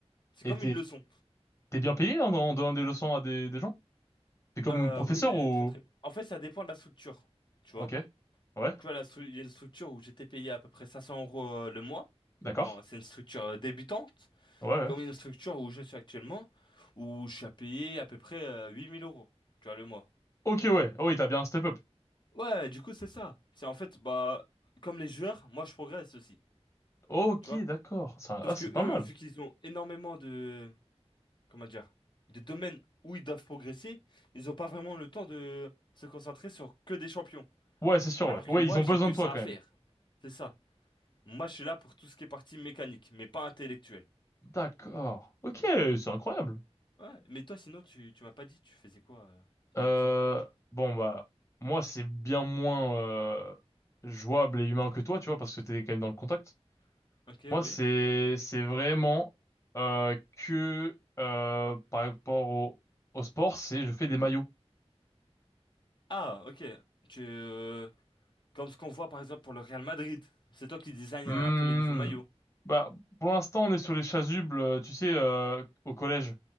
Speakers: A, on the left; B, on the left.
A: C'est
B: t'es,
A: comme une leçon.
B: t'es bien payé en, en donnant des leçons à des, des gens? T'es comme
A: Euh,
B: professeur
A: oui,
B: ou?
A: très très. En fait, ça dépend de la structure, tu vois.
B: Ok. Ouais.
A: Tu vois, la stru- il y a une structure où j'étais payé à peu près 500 euros euh, le mois.
B: D'accord.
A: Bon, c'est une structure euh, débutante,
B: Ouais,
A: comme
B: ouais.
A: une structure où je suis actuellement, où je suis à payer à peu près euh, 8000 euros, tu vois, le mois.
B: Ok, ouais. Oh, il t'a bien step up.
A: Ouais, du coup, c'est ça. C'est en fait, bah, comme les joueurs, moi, je progresse aussi,
B: Ok,
A: tu vois.
B: d'accord. Ça,
A: Sauf
B: ah, c'est
A: que eux,
B: pas mal.
A: vu qu'ils ont énormément de, comment dire, de domaines où ils doivent progresser, ils ont pas vraiment le temps de se concentrer sur que des champions.
B: Ouais, c'est sûr,
A: Alors
B: ouais. Ouais,
A: que moi,
B: ils ont
A: j'ai
B: besoin
A: que
B: de
A: ça
B: toi quand
A: à faire.
B: même.
A: C'est ça. Moi, je suis là pour tout ce qui est partie mécanique, mais pas intellectuelle.
B: D'accord. Ok, c'est incroyable.
A: Ouais, mais toi, sinon, tu, tu m'as pas dit, tu faisais quoi euh, comme
B: Euh,
A: métier?
B: bon bah moi c'est bien moins euh, jouable et humain que toi, tu vois, parce que t'es quand même dans le contact.
A: Ok,
B: Moi
A: oui.
B: c'est c'est vraiment euh, que euh, par rapport au, au sport, c'est je fais des maillots.
A: Ah, ok. Tu, euh, comme ce qu'on voit par exemple pour le Real Madrid, c'est toi qui design
B: Hmm.
A: euh, un peu les nouveaux maillots.
B: Bah pour l'instant on est sur les chasubles, euh, tu sais, euh, au collège,